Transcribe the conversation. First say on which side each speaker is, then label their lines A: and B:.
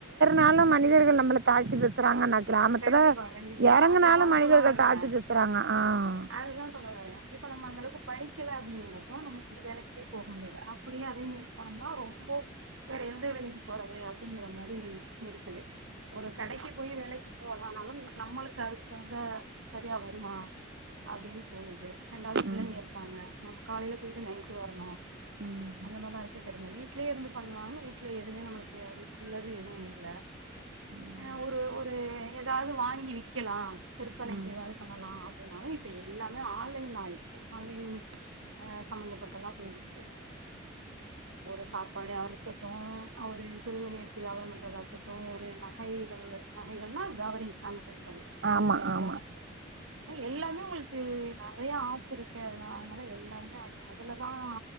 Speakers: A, on the right; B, on the right.
A: நாலும் மனிதர்கள் நம்மளை தாழ்த்தி பேசுறாங்கன்னா கிராமத்துல
B: கண்டிப்பா கண்டிப்பா
A: இறங்குினாலும்
B: அதுதான்
A: மனிதர்கள்
B: சொல்ல வர்றேன்.
A: தாழ்த்தி பேசுறாங்க ஆஹ்
B: அதுதான் சொல்ல வர்றேன். இப்ப நம்ம அந்த அளவுக்கு படிக்கல அப்படிங்கிறப்போ நம்ம வந்து வேலைக்கே போக முடியலை அப்படியே அதே மாரி போனோம்னா ரொம்ப வேற எந்த வேலைக்கு போறது அப்படிங்கிற மாதிரி இருக்குது ஒரு கடைக்கு போய் வேலைக்கு போகலாம் நம்பனாலும் நம்மளுக்கு அதுக்குகுந்த சரியா வருமா அப்படின்னு தோணுது ரெண்டாவது பிள்ளைங்க
A: ம்
B: இருக்காங்க நம்ம காலையில போயிட்டு நைட்டு வரணும்
A: ம்
B: அந்த மாதிரி எல்லாம் இருக்கு சரிமா வீட்லயே இருந்து பண்ணலானும் வீட்டுல எதுவுமே நம்மளுக்கு அதுக்குள்ளது எதுவும் இல்ல
A: ம்
B: ஆ ஒரு ஒரு ஏதாவது வாங்கி விக்கலாம் விற்பனைக்கு
A: ம்
B: ஏதாவது பண்ணலாம் அப்படின்னாலும் இப்ப எல்லாமே ஆன்லைன்ல ஆயிடுச்சு ஆன்லைன் அஹ் சம்பந்தப்பட்டதா போயிடுச்சு ஒரு சாப்பாடா இருக்கட்டும் ஒரு துணிமணி எடுத்து வியாபாரம் பண்றதா இருக்கட்டும் ஒரு நகைகள் நகைகள்னா கவரி் அ பேன்சி
A: ஆமா
B: ஐட்டம்
A: ஆமா
B: எல்லாமே உங்களுக்கு நரையா இருக்குன அதனால எல்லாருமே அதுதான்